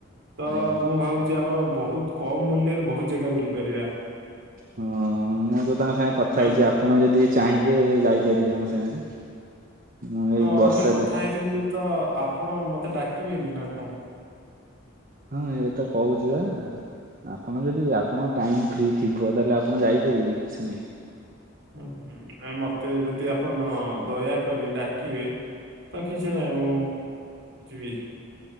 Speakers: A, on the right; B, on the right.
A: ତ
B: ଆଜ୍ଞା
A: ମୁଁ ଭାବୁଚି ଆମର ବହୁତ୍ କମ୍ ମୂଲ୍ୟରେ ବହୁତ୍ ଜେଗା ବୁଲି ପାରିବା।
B: ହଁ ମୁଁତ ତାଙ୍କ ସାଙ୍ଗରେ କଥା
A: କା
B: ହେଇଚି ଆପଣ ଯଦି ଚାହିଁବେ ଯାଇପାରିବେ ଆମ ସାଙ୍ଗରେ। ମୁଁ ଏଇ
A: ତ
B: ବର୍ଷାରେ
A: ମାନେ କଥା ହେଇଚନ୍ତିତ ଆପଣ ମତେ ଡାକିବେନିନା କଣ?
B: ହଁ ଏଇକଥା କହୁଚିବା। ଆପଣ ଯଦି ଆପଣ ଟାଇମ୍ ଫ୍ରିଥିବ ତାହେଲେ ଆପଣ ଯାଇପାରିବେ କିଛି ନାହିଁ।
A: ହୁଁ-ହୁଁ ଆ ମତେ ଯଦି ଆପଣ ନ ଦୟାକରି ଡାକିବେ ତ କିଛି ନାହିଁ ମୁଁ ଯିବି।